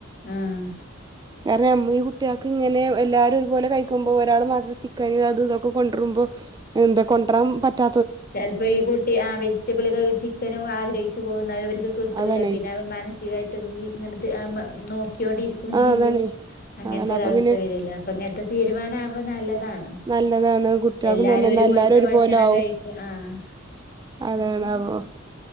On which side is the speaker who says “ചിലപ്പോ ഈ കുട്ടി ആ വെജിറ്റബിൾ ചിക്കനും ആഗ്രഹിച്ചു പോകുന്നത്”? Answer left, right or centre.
Left